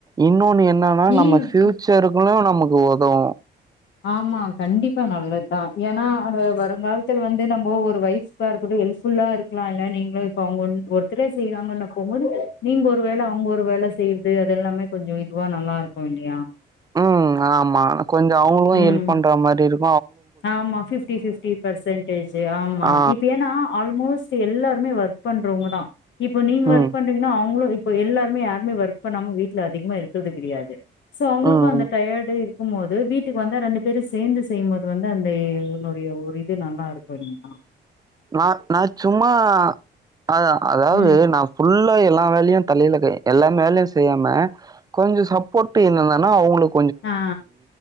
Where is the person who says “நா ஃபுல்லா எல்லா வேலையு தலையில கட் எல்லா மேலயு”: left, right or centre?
Right